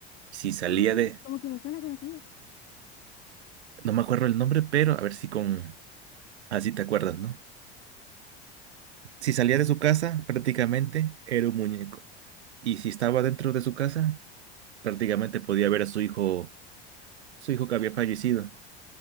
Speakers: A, on the right; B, on the left.
A: Si salía
B: ¡Ah!
A: de,
B: Como que me suena conocido.
A: no me acuerdo el nombre, pero a ver si con, así te acuerdas, ¿no? Si salía de su casa, prácticamente era un muñeco. Y si estaba dentro de su casa, prácticamente podía ver a su hijo, su hijo que había fallecido.